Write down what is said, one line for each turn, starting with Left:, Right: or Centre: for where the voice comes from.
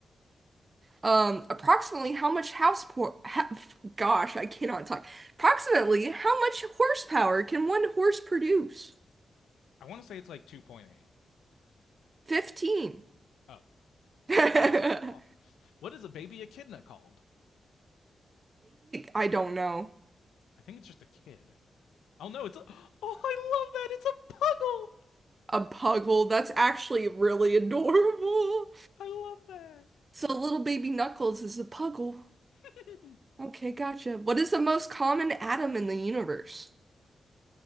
Right: Um, approximately how much house po ha <laughs> gosh, I cannot talk. Approximately how much horsepower can one horse produce?
Left: I want to say it's like 2.8.
Right: 15.
Left: Oh,
Right: <laughs> Baby,
Left: well, I was a little off. What is a baby echidna called?
Right: I don't know.
Left: I think it's just a kid. Oh no, it's a. <gasps> Oh, I love that! It's a puggle!
Right: a puggle. That's actually really <laughs> adorable.
Left: I love that.
Right: So little baby Knuckles is a puggle.
Left: <laughs>
Right: Okay, gotcha. What is the most common atom in the universe?